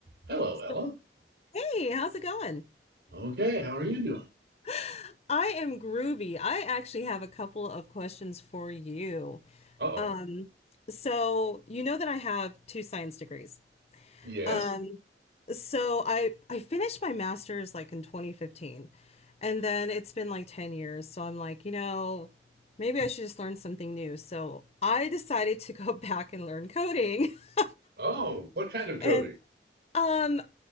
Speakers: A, on the right; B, on the left.
A: Hello,
B: So,
A: Ella.
B: hey, how's it going?
A: Okay, how are you doing?
B: <laughs> I am groovy. I actually have a couple of questions for you.
A: Uh-oh.
B: Um, so you know that I have two science degrees.
A: Yes.
B: Um, so I I finished my master's like in 2015, and then it's been like 10 years. So I'm like, you know, maybe I should just learn something new. So I decided to go <laughs> back and learn coding. <laughs>
A: Oh, what kind of coding?
B: And um,